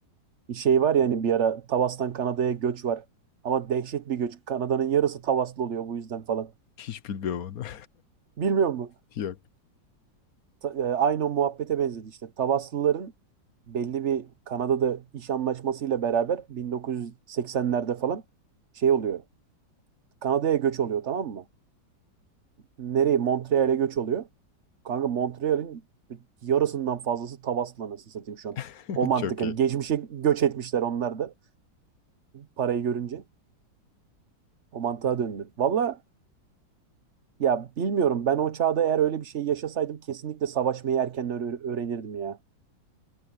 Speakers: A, on the right; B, on the left.
A: Bir şey var ya hani bir ara Tavas'tan Kanada'ya göç var. Ama dehşet bir göç. Kanada'nın yarısı Tavaslı oluyor bu yüzden falan.
B: Hiç bilmiyorum onu.
A: Bilmiyor musun?
B: <laughs> Yok.
A: Ta- e, aynı o muhabbete benzedi işte. Tavaslıların belli bir Kanada'da iş anlaşmasıyla beraber 1980'lerde falan şey oluyor. Kanada'ya göç oluyor tamam mı? Nereye? Montreal'e göç oluyor. Kanka Montreal'in yarısından fazlası Tavas'la nasıl satayım şu an.
B: <laughs>
A: O mantık
B: Çok
A: hani
B: iyi.
A: geçmişe göç etmişler onlar da parayı görünce. O mantığa döndü. Valla ya bilmiyorum ben o çağda eğer öyle bir şey yaşasaydım kesinlikle savaşmayı erken öğre- öğrenirdim ya.